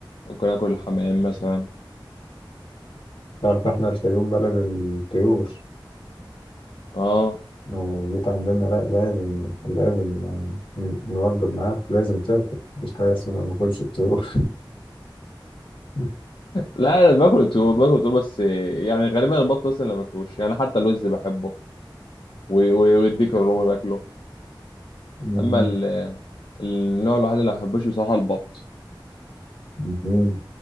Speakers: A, on the left (about 70°); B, on the left (about 85°).
A: ممكن آكل الحمام مثلا
B: تعرف إحنا الفيوم بلد الطيور
A: اه
B: لو جيت عندنا لا لازم لازم يعني ن- نوجب معاك لازم تاكل مفيش حاجة اسمها ما باكلش فطور <laughs>
A: لا انا باكل الطيور باكل الطيور بس آه، يعني غالبا البط مثلا ما باكلوش يعني حتى اللوز بحبه و- و- ويديك الرومي باكله
B: مهم.
A: اما ال- النوع الوحيد اللي ما بحبوش بصراحه البط
B: مهم.